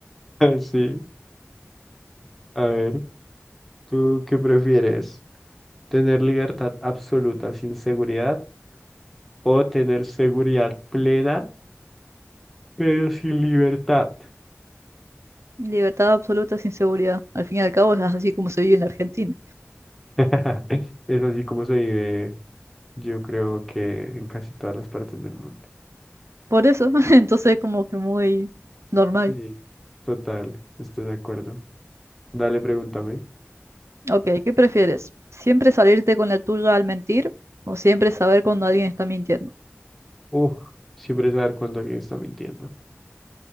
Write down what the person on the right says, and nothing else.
Libertad absoluta sin seguridad. Al fin y al cabo es así como se vive en la Argentina.
Por eso, <laughs> entonces es como que muy normal.
Ok, ¿qué prefieres? ¿Siempre salirte con la tuya al mentir o siempre saber cuando alguien está mintiendo?